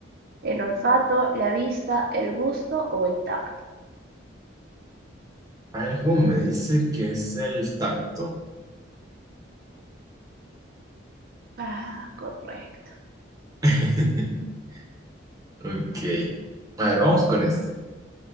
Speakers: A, on the right; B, on the right.
A: ¿El olfato, la vista, el gusto o el tacto?
B: Algo me dice que es el tacto.
A: Ah, correcto.
B: <laughs> Ok. A ver, vamos con esto.